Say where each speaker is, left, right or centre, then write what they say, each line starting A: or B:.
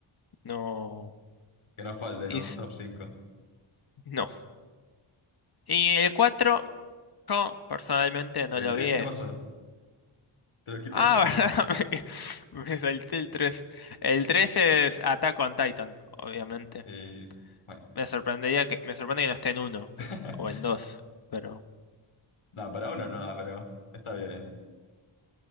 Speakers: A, on the left; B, on the left.
A: no
B: Que no falte en
A: hice,
B: un top cinco
A: no. Y el 4 yo personalmente no
B: ¿Y el
A: lo
B: tres
A: vi.
B: ¿Qué pasó? ¿Te lo skipeaste
A: Ah,
B: el tres
A: <laughs> verdad, me, me salté el tres El tres es Attack on Titan, obviamente.
B: Eh, bueno.
A: Me sorprendería que, me sorprende que no esté en 1,
B: <laughs>
A: pero- o en dos Pero
B: Nada, para uno nada, pero está bien.